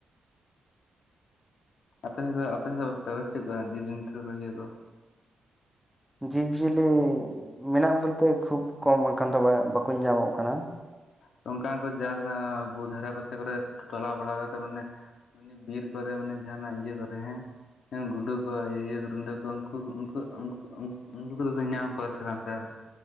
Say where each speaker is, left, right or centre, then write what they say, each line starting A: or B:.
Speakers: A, on the left; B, in the centre.
A: ᱟᱯᱮ ᱥᱮᱫ ᱫᱚ ᱟᱯᱮ ᱥᱮᱫ ᱫᱚ ᱵᱮᱵᱟᱨ ᱪᱮᱫ ᱠᱚ ᱡᱤᱵᱽ ᱡᱚᱱᱛᱩ ᱠᱚ ᱤᱭᱟᱹ ᱠᱚ?
B: ᱡᱤᱵᱽᱡᱤᱭᱟᱹᱞᱤ ᱢᱮᱱᱟᱜ ᱵᱚᱞᱛᱮ ᱠᱷᱩᱵ ᱠᱚᱢ ᱮᱠᱷᱟᱱ ᱫᱚ ᱵᱟᱠᱚ ᱧᱟᱢᱚᱜ ᱠᱟᱱᱟ᱾
A: ᱛᱚ ᱚᱝᱠᱟ ᱚᱝᱠᱟ ᱡᱟᱫᱟ ᱵᱩ ᱫᱷᱟᱨᱮ ᱯᱟᱥᱮ ᱠᱚᱨᱮ ᱴᱚᱞᱟ ᱵᱲᱟ ᱠᱟᱛᱮ ᱢᱟᱱᱮ ᱩᱱᱤ ᱵᱤᱨ ᱠᱚᱨᱮ ᱢᱟᱱᱮ ᱡᱟᱦᱟᱸᱱᱟᱜ ᱤᱭᱟᱹ ᱫᱟᱨᱮ ᱦᱮᱸ ᱜᱩᱰᱩ ᱠᱚ ᱤᱭᱟᱹ ᱤᱭᱟᱹ ᱠᱚ ᱨᱩᱰᱟᱹ ᱠᱚ ᱩᱱᱠᱩ ᱩᱱ ᱩᱱᱠᱩ ᱠᱚᱫᱚᱯᱮ ᱧᱟᱢ ᱠᱚᱣᱟ ᱥᱮ ᱵᱟᱝ ᱛᱟᱦᱚᱞᱮ